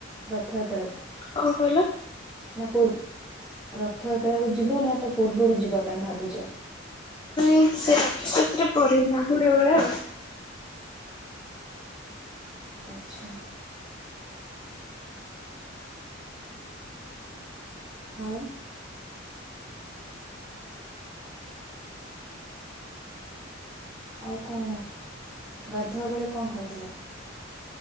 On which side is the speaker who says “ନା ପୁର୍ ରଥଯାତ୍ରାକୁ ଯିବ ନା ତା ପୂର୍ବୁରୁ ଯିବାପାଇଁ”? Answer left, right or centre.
Centre